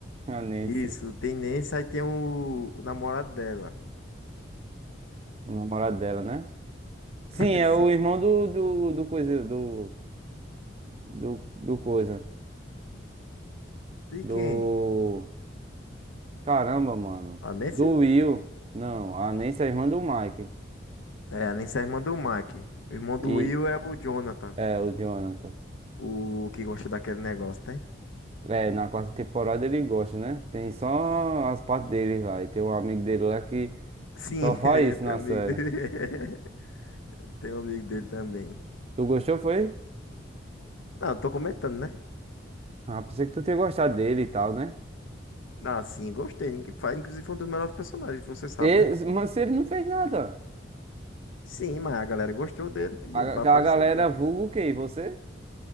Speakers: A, on the right; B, on the left.
A: A Nancy,
B: isso, tem Nancy, aí tem o, o namorado dela.
A: o namorado dela, né? Sim,
B: <laughs>
A: é
B: Assim,
A: o irmão do, do, do coisa, do, do, do coisa,
B: De
A: do,
B: quem?
A: caramba, mano,
B: A Nancy?
A: do Will. Não, a Nancy é a irmã do Mike
B: É, a Anissa é a irmã do Mac. O irmão do
A: e,
B: Will é o Jonathan,
A: é, o Jonathan.
B: o que gosta daquele negócio, tem?
A: É, na quarta temporada ele gosta, né? Tem só as partes dele lá. E tem um amigo dele lá que
B: Sim,
A: só faz
B: <laughs> é,
A: isso
B: tem
A: na
B: um amigo
A: série.
B: dele. <laughs> Tem um amigo dele também.
A: Tu gostou, foi?
B: Não, eu tô comentando, né?
A: Ah, pensei que tu tinha gostado dele e tal, né?
B: Ah, sim, gostei. Ningu- Faz, inclusive, foi um dos melhores personagens, você sabe,
A: E,
B: né?
A: mas ele não fez nada.
B: Sim, mas a galera gostou dele e
A: A,
B: ele vai
A: a
B: aparecer
A: galera
B: de novo.
A: vulga o quê? Você?